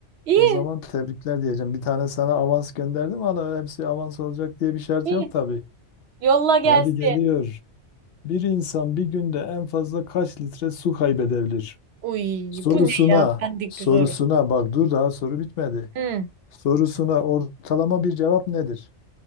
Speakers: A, on the right; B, on the left.
A: İyi,
B: o zaman tebrikler diyeceğim. Bir tane sana avans gönderdim ama hepsi avans olacak diye bir şart
A: iyi.
B: yok tabii.
A: Yolla gelsin.
B: Hadi geliyor. Bir insan bir günde en fazla kaç litre su kaybedebilir?
A: Uy,
B: Sorusuna
A: bu ne ya? Bendik
B: sorusuna
A: bir soru.
B: bak dur daha soru bitmedi.
A: Hı,
B: Sorusuna ortalama bir cevap nedir?